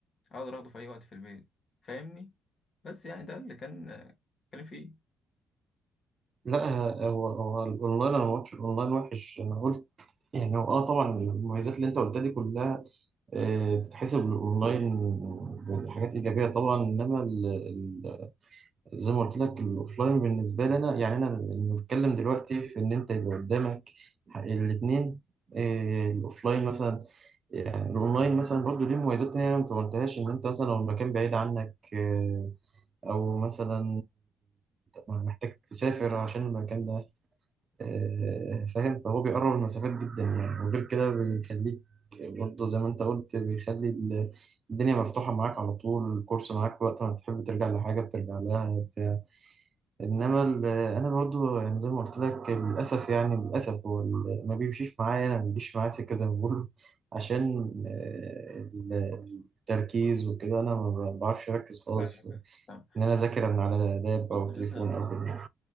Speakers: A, on the left; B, on the right.
A: اقدر اخده في اي وقت في البيت فاهمني بس يعني ده اللي كان كان فيه
B: لا هو هو الاونلاين انا ما قلتش الاونلاين وحش انا قلت يعني هو اه طبعا المميزات اللي انت قلتها دي كلها آه، تتحسب الاونلاين بحاجات ايجابيه طبعا انما ال- ال- زي ما قلت لك الاوفلاين بالنسبه لي انا يعني انا بنتكلم دلوقتي في ان انت يبقى قدامك الاثنين الاوفلاين مثلا يعني الاونلاين مثلا برضه ليه مميزات تانية أنا ما قلتهاش ان انت مثلا لو المكان بعيد عنك آه، او مثلا محتاج تسافر عشان المكان ده آه، فاهم فهو بيقرب المسافات جدا يعني وغير كده بيخليك برضه زي ما انت قلت بيخلي ال- الدنيا مفتوحة معاك على طول الكورس معاك وقت ما تحب ترجع لحاجة بترجع لها بتاع انما ال- انا برضه يعني زي ما قلت لك للأسف يعني للأسف هو ال- ما بيمشيش معايا انا ما بيجيش معايا سكة زي ما بقول عشان آه، ال- التركيز وكده انا ما بعرفش اركز خالص
A: فاهمك فاهم
B: ان انا اذاكر من على لاب
A: انت
B: او
A: مثلا
B: تليفون او كده